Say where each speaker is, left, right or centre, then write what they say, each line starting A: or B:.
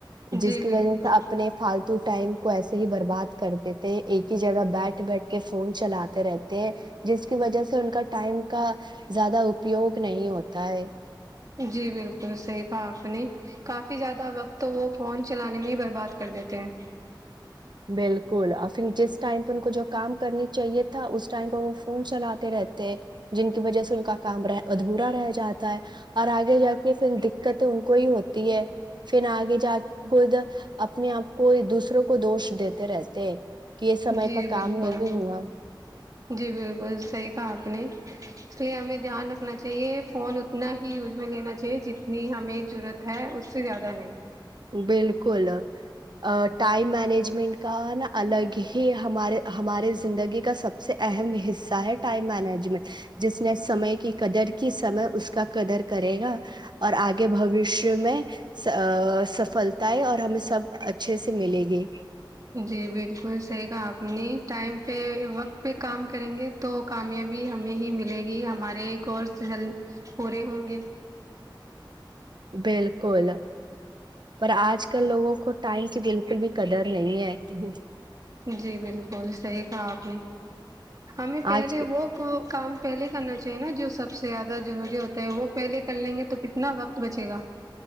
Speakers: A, on the right; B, on the right.
A: جس
B: جی
A: کی
B: بالکل
A: وجہ سے اپنے فالتو ٹائم کو ایسے ہی برباد کر دیتے ہیں ایک ہی جگہ بیٹھ بیٹھ کے فون چلاتے رہتے ہیں جس کی وجہ سے ان کا ٹائم کا زیادہ اپیوگ نہیں ہوتا ہے
B: جی بالکل تو صحی کہا آپ نے کافی زیادہ وقت وہ فون چلانے میں ہی برباد کر دیتے ہیں
A: بالکل اور پھر جس ٹائم پہ ان کو جو کام کرنی چاہیے تھا اس ٹائم پہ وہ فون چلاتے رہتے جن کی وجہ سے ان کا کام ادھورا رہ جاتا ہے اور آگے جا کے پھر دقت ان کو ہی ہوتی ہے پھر آگے جا کے خود اپنے آپ کو دوسروں کو دوش د تو رہتے کہ یہ سمے
B: جی
A: پہ کام
B: بالکل
A: نہیں ہوا
B: جی بالکل صحی کہا آپ نے اس لیے ہمیں دھیان رکھنا چاہیے فون اتنا ہی یوز میں لینا چاہیے جتنی ہمیں ضرورت ہے اس سے زیادہ نہیں
A: بالکل ٹائم مینجمنٹ کا نا الگ ہی ہمارے ہمارے زندگی کا سب سے اہم حصہ ہے ٹائم مینجمنٹ جس نے سمے کی قدر کی سمے اس کا قدر کرے گا اور آگے بوشیہ میں سفلتا ہے اور ہمیں سب اچھے سے ملے گی
B: جی بالکل صحیح کہ آپ نے ٹائم پہ وقت پہ کام کریں گے تو کامیابی ہمیں ہی ملے گی ہمارے گور سے جل پورے ہوں گے
A: بالکل پر آج کل لوگوں کو ٹائم کی بالکل بھی قدر نہیں ہے <inaudible>
B: جی بالکل صحیح کہا آپ نے ہمیں پہلے
A: آج
B: وہ کام پہلے کرنا چاہیے نا جو سب سے زیادہ ضروری ہوتا ہے وہ پہلے کر لیں گے تو کتنا وقت بچے گا